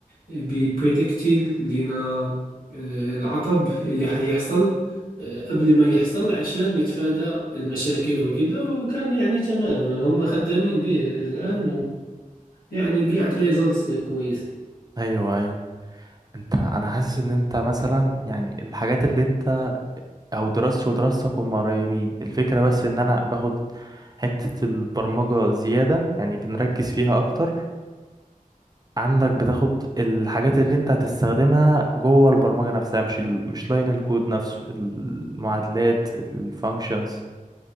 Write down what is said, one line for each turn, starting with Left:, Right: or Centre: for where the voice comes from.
Left: ببريدكتي لنا آه، العطب اللي حيحصل آه، قبل ما يحصل عشان نتفادى المشاكل وكده وكان يعني تمام هم خدامين به الآن ويعني بيعطي ريزلتس كويس
Right: ايوه ايوه انت انا حاسس ان انت مثلا يعني الحاجات اللي انت او دراستي ودراستك هم قريبين الفكرة بس ان انا باخد حتة البرمجة زيادة يعني بنركز فيها اكتر عندك بتاخد الحاجات اللي انت هتستخدمها جوه البرمجة نفسها مش ال... مش لاين الكود نفسه المعادلات الفانكشنز